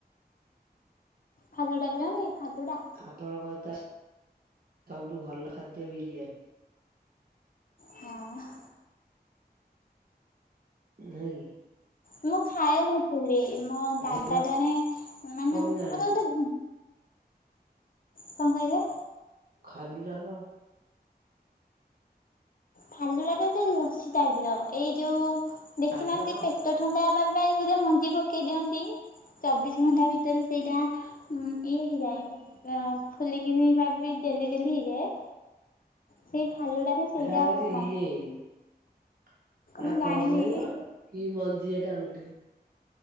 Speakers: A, on the left; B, on the right.
A: ଫାଲୁ ଡାକୁଚନ୍ତି। ଫାଲୁଡ଼ା
B: ଆପଣଙ୍କର ତା ତବୁଠୁ ଭଲ ଖାଦ୍ୟ ବିରିୟାନୀ।
A: ହଁ, ଅ।
B: ନାଇଁ କି?
A: ମୁଁ ଖାଏନା ପୁରୀ, ମୋ
B: ହେରା
A: ଦାଦା ଜଣେ ମାନେ
B: କଣ ମୁଁ
A: ମାନେ
B: ଜାଣିନି
A: ଗୋଟେ କଣ କହିଲେ?
B: ଖାଲିଟା କଣ?
A: ଫାଲୁୁଳାଟା ତ ଲସି ଟାଇପ୍ ର ଏଇ ଯୋଉ ଦେଖିନାହାଁନ୍ତି,
B: ଖାଲୁଟା କଣ?
A: ପେଟ ଥଣ୍ଡା ହେବା ପାଇଁ ଗୁରେ ମଞ୍ଜି ପକେଇ ଦିଅନ୍ତି! ଚବିଶ ଘଣ୍ଟା ଭିତରେ ସେଇଟା ଇଏ ହେଇଯାଏ। ଫୁଲିିକିନିି ବାବି ଯେଲି ଯେଲି ହେଇଯ। ଏ! ସେଇ ଫାଲୁଡ଼ା ରେ ସେଇଟା
B: ଏଟା ହଉଛି
A: ପକ୍
B: ଇଏ, ଏଟା
A: ମୁଁ ଜାଣିନି
B: କଣ କହିଲ? କି ମଞ୍ଜି ଏଟା ଗୋଟେ,